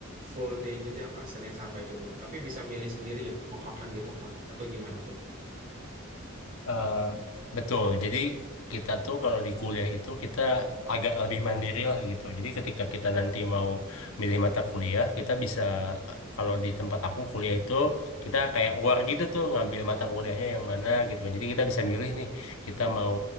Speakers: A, on the right; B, on the left.
A: full day gitu ya Kak, Senin sampai Jumat. Tapi bisa milih sendiri ya, mau kapan gitu Kak, atau gimana tuh?
B: Eh, betul. Jadi kita tuh kalau di kuliah itu kita agak lebih mandiri lah gitu. Jadi ketika kita nanti mau milih mata kuliah, kita bisa kalau di tempat aku kuliah itu kita kayak war gitu tuh ngambil mata kuliahnya yang mana gitu kan. Jadi kita bisa milih nih kita mau